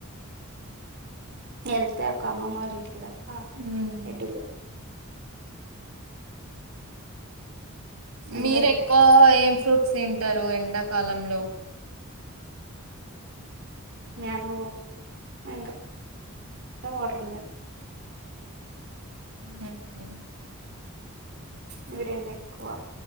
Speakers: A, on the right; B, on the right.
A: వెళ్తే ఒక్క అమ్మమ్మ వాళ్ళ ఇంటికి రా ఆ
B: హ్మ్
A: ఎటుళ్ళు ఎండలు
B: మీరు ఎక్కువగా ఏం ఫ్రూట్స్ తింటారు ఎండాకాలంలో
A: మ్యాంగో ఆ ఇంకా ఆ వాటర్ మిలన్
B: హ్మ్ హు
A: ఇవి రెండు ఎక్కువ